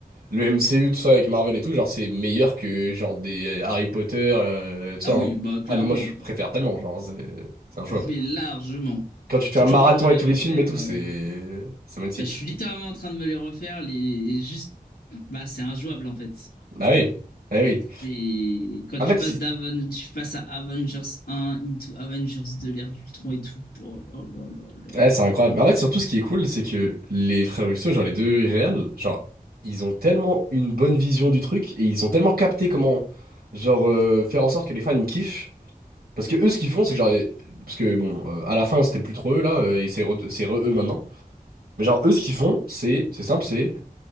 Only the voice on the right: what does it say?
le MCU, tout ça, avec Marvel et tout, genre, c'est meilleur que, genre, des euh, Harry Potter, euh, tout ça,
hein.
Ah, mais moi, je
préfère tellement, genre, c'est c'est injouable.
Quand tu fais
un marathon
et tous
les films et tout,
c'est c'est magnifique.
Bah oui, bah oui.
En
fait,
si-
ouais, c'est incroyable. Mais en fait, surtout, ce qui est cool, c'est que les frères Russo, genre les deux réels, genre, ils ont tellement une bonne vision du truc et ils ont tellement capté comment, genre, euh, faire en sorte que les fans ils kiffent. Parce que eux, ce qu'ils font, c'est que, genre, euh, parce que bon, euh, à la fin, c'était plus trop eux là, euh, et c'est re- c'est re eux maintenant. Mais genre, eux, ce qu'ils font, c'est c'est simple, c'est